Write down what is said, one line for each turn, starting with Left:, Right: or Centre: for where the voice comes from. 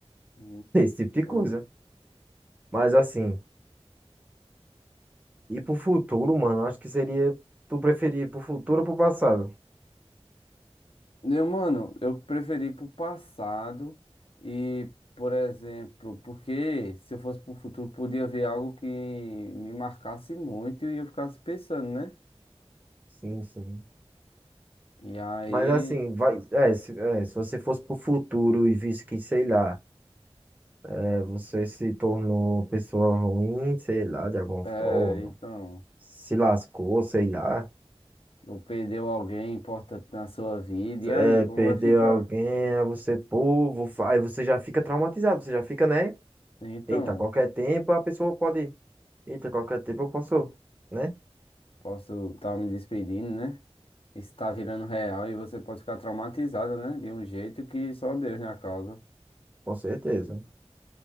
Left: Hum,
Right: <laughs> esse tipo de
Left: Entendi.
Right: coisa. Mas assim, e pro futuro, mano, acho que seria tu preferir ir pro futuro ou pro passado?
Left: Eu, mano, eu preferi pro passado e, por exemplo, porque se eu fosse pro futuro, podia ver algo que me marcasse muito e eu ficasse pensando, né?
Right: Sim, sim.
Left: E aí,
Right: Mas assim, vai, é, se, é, se você fosse pro futuro e visse que, sei lá, é, você se tornou pessoa ruim, sei lá, de alguma
Left: é,
Right: forma,
Left: então,
Right: se lascou, sei lá.
Left: eu perdeu alguém importante na sua vida, e aí,
Right: Vai
Left: como
Right: perder
Left: vai ficar?
Right: alguém, aí você, pô, vou fa- aí você já fica traumatizado, você já fica, né?
Left: Então,
Right: Eita, qualquer tempo a pessoa pode. Eita, qualquer tempo eu posso, né?
Left: posso estar me despedindo, né? Isso tá virando real e você pode ficar traumatizado, né? De um jeito que só Deus na causa.
Right: Com certeza.